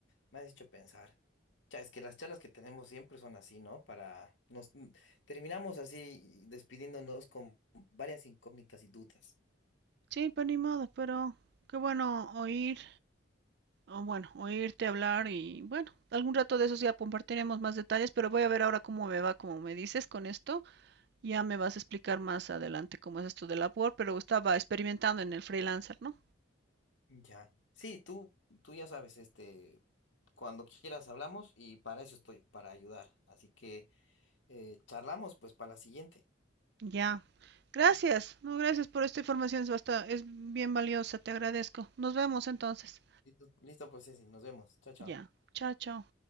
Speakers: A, on the left (about 70°); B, on the right (about 55°).
A: me has hecho pensar. Cha, es que las charlas que tenemos siempre son así, ¿no? Para nos mm, terminamos así despidiéndonos con varias incógnitas y dudas.
B: Sí, pero ni modo, pero qué bueno oír, o bueno, oírte hablar y bueno, algún rato de esos ya compartiremos más detalles, pero voy a ver ahora cómo me va, como me dices con esto Ya me vas a explicar más adelante cómo es esto del la Upwork, pero estaba experimentando en el freelancer, ¿no?
A: Ya. Sí, tú, tú ya sabes, este, cuando quieras hablamos y para eso estoy, para ayudar. Así que eh, charlamos pues para la siguiente.
B: Ya. Gracias. No, gracias por esta información. Es, bastante es bien valiosa. Te agradezco. Nos vemos entonces.
A: Listo. Listo, pues Ceci, nos vemos. Chao, chao.
B: Ya. Chao, chao.